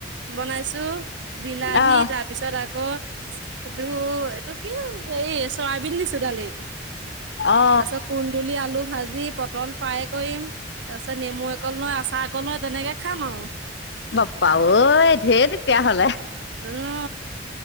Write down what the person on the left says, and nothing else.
আহ
অ অ
বাপা ঐ ধেৰ তেতিয়া হ'লে।